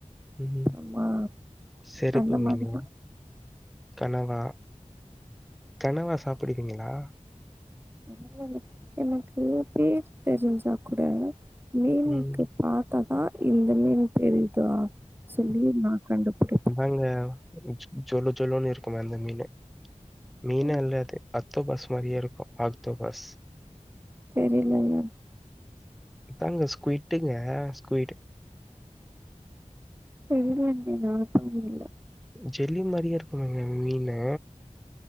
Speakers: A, in the centre; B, on the right.
A: ம்.
B: அப்புறமா
A: செருப்பு
B: அந்த
A: மீனு,
B: மாதி தா
A: கனவா கனவா சாப்புடுவிங்களா
B: என்ன <unintelligible> எனக்கு பேர் தெரிஞ்சா கூட மீனுக்கு
A: ம்.
B: பாத்தாதா இந்த மீன் தெரிதா சொல்லி நா கண்டுபுடிப்பே
A: அங்க ஜொ ஜொலு ஜொலுனு இருக்குமே அந்த மீனு மீனு
B: ம்
A: அல்லது அந்த பஸ் மாரியே இருக்கு அந்த பஸ்
B: தெரிலங்க
A: தாங்க ஸ்கியட்டுங்க ஸ்கியிட்
B: <unintelligible>
A: ஜெல்லி மாரியே இருக்குங்க மீனு